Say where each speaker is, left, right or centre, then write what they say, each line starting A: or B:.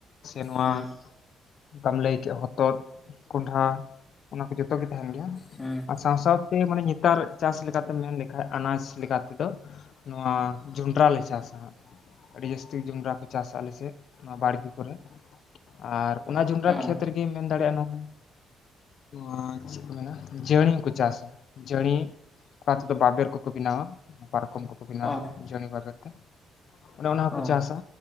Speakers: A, on the left; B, on the left.
A: ᱥᱮ ᱱᱚᱣᱟ᱾
B: ᱦᱩᱸ
A: ᱚᱱᱠᱟᱢ ᱞᱟᱹᱭ ᱠᱮᱜ-ᱟ ᱦᱚᱛᱚᱫ ᱠᱚᱸᱰᱷᱟ ᱚᱱᱟ ᱠᱚ ᱡᱚᱛᱚ ᱜᱮ ᱛᱟᱦᱮᱱ ᱜᱮᱭᱟ᱾
B: ᱦᱩᱸ
A: ᱟᱨ ᱥᱟᱶ ᱥᱟᱶᱛᱮ ᱢᱟᱱᱮ ᱱᱮᱛᱟᱨ ᱪᱟᱥ ᱞᱮᱠᱟᱛᱮᱢ ᱢᱮᱱ ᱞᱮᱠᱷᱟ ᱟᱱᱟᱥ ᱞᱮᱠᱟ ᱛᱮᱫᱚ᱾ ᱱᱚᱣᱟ ᱡᱚᱸᱰᱨᱟ ᱞᱮ ᱪᱟᱥᱟ᱾ ᱟᱹᱰᱤ ᱡᱟᱹᱥᱛᱤ ᱡᱚᱱᱰᱨᱟ ᱠᱚ ᱪᱟᱥᱟ ᱟᱞᱮᱥᱮᱫ ᱱᱚᱣᱟ ᱵᱟᱲᱜᱮ ᱠᱚᱨᱮ᱾ ᱟᱨ ᱚᱱᱟ ᱡᱚᱸᱰᱨᱟ
B: ᱚ
A: ᱠᱷᱮᱛ ᱨᱮᱜᱮᱢ ᱢᱮᱱ ᱫᱟᱲᱮᱭᱟᱜᱼᱟ ᱱᱚᱣᱟᱼᱼ ᱚ ᱪᱮᱫ ᱠᱚ ᱢᱮᱱᱟ ᱡᱟᱹᱲᱤ ᱠᱚ ᱪᱟᱥᱟ ᱡᱟᱹᱲᱤ ᱚᱠᱟ ᱛᱮᱫᱚ ᱵᱟᱵᱮᱨ ᱠᱚᱠᱚ ᱵᱮᱱᱟᱣᱟ ᱯᱟᱨᱠᱚᱢ ᱠᱚᱠᱚ ᱵᱮᱱᱟᱣᱟ
B: ᱚ
A: ᱡᱚᱱᱤ ᱵᱟᱵᱮᱨ ᱛᱮ ᱚᱱᱮ ᱚᱱᱟ ᱦᱚᱸᱠᱚ
B: ᱚ
A: ᱪᱟᱥᱟ